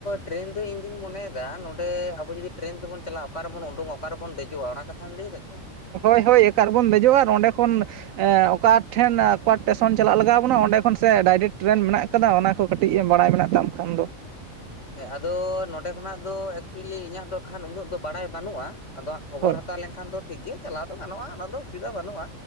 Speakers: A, on the left; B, on the right.
A: ᱴᱨᱮᱱ ᱫᱚ, ᱤᱧ ᱫᱩᱧ ᱢᱚᱱᱮᱫᱟ, ᱱᱚᱰᱮ, ᱟᱵᱚ ᱡᱩᱫᱤ, ᱴᱨᱮᱱ ᱛᱮᱵᱚᱱ ᱪᱟᱞᱟᱜᱼᱟ, ᱚᱠᱟ ᱨᱮᱵᱚᱱ ᱩᱰᱩᱝᱼᱟ, ᱚᱠᱟ ᱨᱮᱵᱚᱱ ᱫᱮᱡᱚᱜᱼᱟ, ᱚᱱᱟ ᱠᱟᱛᱷᱟᱢ ᱞᱟᱹᱭ ᱮᱫᱟ, ᱛᱚ
B: ᱦᱳᱭ ᱦᱳᱭ, ᱮᱠᱟ ᱨᱮᱵᱚᱱ ᱫᱮᱡᱚᱜᱼᱟ, ᱟᱨ, ᱚᱸᱰᱮ, ᱠᱷᱚᱱ ᱚᱠᱟ ᱴᱷᱮᱱ, ᱚᱠᱟ ᱴᱮᱥᱚᱱ ᱪᱟᱞᱟᱜ, ᱞᱟᱜᱟᱣ ᱟᱵᱚᱱᱟ ᱾ ᱚᱸᱰᱮ, ᱠᱷᱚᱱ ᱥᱮ, ᱰᱟᱭᱨᱮᱴ ᱴᱮᱨᱮᱱ ᱢᱮᱱᱟᱜ ᱟᱠᱟᱫᱟ, ᱚᱱᱟ ᱠᱚ, ᱠᱟᱹᱴᱤᱡ ᱮᱢ ᱵᱟᱲᱟᱭ, ᱢᱮᱱᱟᱜ ᱛᱟᱢ ᱠᱷᱟᱱ ᱫᱚ,
A: ᱦᱮᱸ, ᱟᱫᱚ, ᱱᱚᱸᱰᱮ ᱠᱷᱚᱱᱟᱜ ᱫᱚ, ᱮᱠᱪᱩᱭᱞᱤ ᱤᱧᱟᱹᱜ ᱫᱚ, ᱠᱷᱟᱱ ᱩᱱᱟᱹᱜ ᱫᱚ, ᱵᱟᱰᱟᱭ ᱵᱟᱹᱱᱩᱜᱼᱟ ᱾ ᱟᱫᱚ ᱦᱟᱸᱜ, ᱠᱷᱚᱵᱚᱨ
B: ᱦᱳᱭ
A: ᱦᱟᱛᱟᱣ ᱞᱮᱱᱠᱷᱟᱱ ᱫᱚ, ᱴᱷᱤᱠ ᱜᱮ, ᱪᱟᱞᱟᱣ ᱫᱚ, ᱜᱟᱱᱚᱜᱼᱟ, ᱚᱱᱟ ᱫᱚ, ᱚᱥᱩᱵᱤᱫᱟ ᱵᱟᱹᱱᱩᱜᱼᱟ,